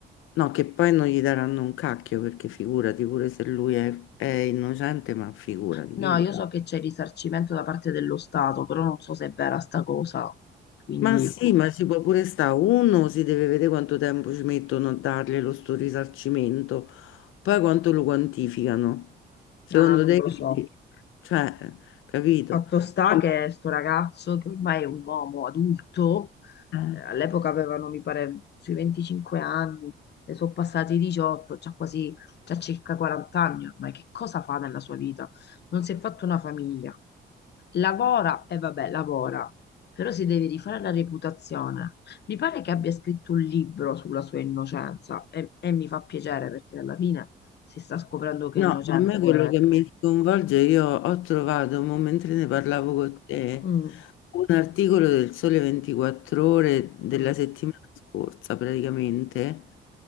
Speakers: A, on the left; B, on the left.
A: no, che poi non gli daranno un cacchio, perché figurati, pure se lui è, è innocente, ma figurati,
B: No,
A: chi gli
B: io
A: dà?
B: so che c'è risarcimento da parte dello Stato, però non so se è vera sta cosa, quindi
A: Ma sì,
B: boh.
A: ma ci può pure stare. Uno si deve vedere quanto tempo ci mettono a dargli lo sto risarcimento, poi quanto lo quantificano. Secondo
B: Ah, non
A: te,
B: lo so.
A: cioè, capito?
B: Fatto sta
A: No,
B: che sto ragazzo, che ormai è un uomo adulto,
A: ma-
B: eh,
A: eh.
B: all'epoca avevano, mi pare, sui 25 anni, ne sono passati 18, c'ha quasi, c'ha circa 40 anni ormai, che cosa fa nella sua vita? Non si è fatto una famiglia. Lavora, e vabbè, lavora, però si deve rifare la reputazione. Mi pare che abbia scritto un libro sulla sua innocenza e, e mi fa piacere perché alla fine si sta scoprendo che
A: No,
B: è innocente,
A: ma a me
B: poveretto.
A: quello che mi sconvolge, io ho trovato, mo mentre ne parlavo con te,
B: Mm,
A: un articolo del Sole 24 Ore della
B: mm.
A: settimana scorsa, praticamente,